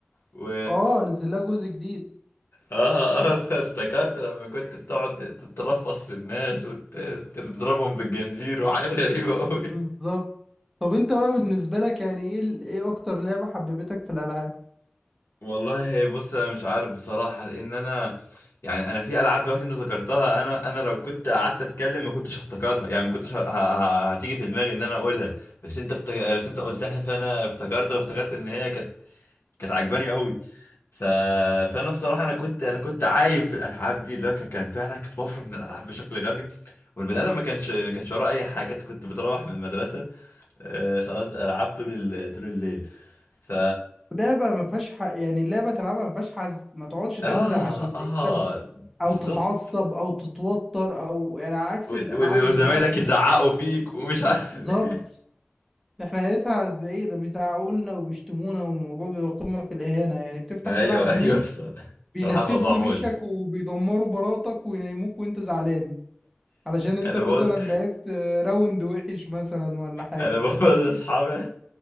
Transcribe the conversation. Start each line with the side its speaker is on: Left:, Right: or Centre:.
Left: و
Centre: اه نزل لها جزء جديد
Left: اه اه <laughs> فافتكرت لما كنت بتقعد تترفص في الناس وتضربهم بالجنزير وحاجات غريبه قوي
Centre: بالظبط طب انت بقى بالنسبه لك يعني ايه ال- ايه اكتر لعبه حببتك في الالعاب
Left: والله هي بص انا مش عارف بصراحه لان انا يعني انا في العاب دلوقتي انت ذكرتها انا انا لو كنت قعدت اتكلم ما كنتش هفتكرها يعني ما كنتش ه- ه- هتيجي في دماغي ان انا اقولها بس انت افتك... بس انت قلتها فانا افتكرت وافتكرت ان هي كانت كانت عجباني قوي ف... فانا بصراحه انا كنت انا كنت عايم في الالعاب دي اللي هو كان كان فعلا كانت وفره من الالعاب بشكل غبي والبني ادم ما كانش ما كانش وراه اي حاجه انت كنت بتروح من المدرسه آه خلاص العاب طول ال... طول الليل ف
Centre: لعبة ما فيهاش ح... يعني اللعبة تلعبها ما فيهاش حزق ما تقعدش تحزق
Left: اه
Centre: عشان
Left: اه
Centre: تكسب او
Left: بالظبط
Centre: تتعصب او تتوتر او يعني على عكس
Left: وال-
Centre: الالعاب
Left: وال- وزمايلك
Centre: دلوقتي
Left: يزعقوا فيك ومش عارف
Centre: بالظبط
Left: <laughs>
Centre: احنا لقيتها ازاي ده بيزعقولنا وبيشتمونا والموضوع بيبقى قمة في الإهانة يعني بتفتح
Left: ايوه
Centre: تلعب جيمين
Left: ايوه بصراحه بصراحة
Centre: بينتفوا
Left: الموضوع مؤذي
Centre: ريشك وبيدمروا براءتك وينيموك وانت زعلان علشان انت
Left: انا
Centre: مثلا
Left: بقول
Centre: لعبت آه، راوند وحش مثلا ولا حاجة
Left: انا بقول لاصحابي